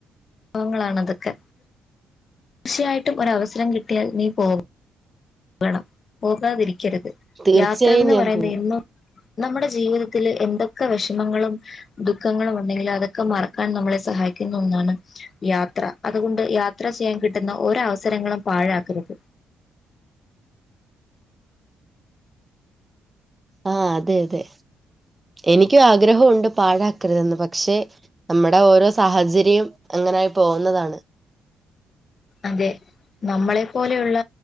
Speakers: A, on the left; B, on the right.
A: വങ്ങളാണ് അതൊക്കെ തീർച്ചയായിട്ടും ഒരു അവസരം കിട്ടിയാൽ നീ പോ കണം പോകാതിരിക്കരുത്
B: തീർച്ചയായും
A: യാത്രന്ന്
B: ഞാൻ
A: പറയുന്ന
B: പോവും.
A: എന്നും നമ്മുടെ ജീവിതത്തില് എന്തൊക്കെ വെഷമങ്ങളും ദുഃഖങ്ങളും ഉണ്ടെങ്കിലും അതൊക്കെ മറക്കാൻ നമ്മളെ സഹായിക്കുന്ന ഒന്നാണ് യാത്ര. അതുകൊണ്ട് യാത്ര ചെയ്യാൻ കിട്ടുന്ന ഒരവസരങ്ങളും പാഴാക്കരുത്.
B: ആഹ് അതെ അതെ, എനിക്കും ആഗ്രഹമുണ്ട് പാഴാക്കരുതെന്ന് പക്ഷെ നമ്മുടെ ഓരോ സാഹചര്യം അങ്ങനെയായി പോകുന്നതാണ്.
A: അതെ. നമ്മളെപ്പോലെയുള്ള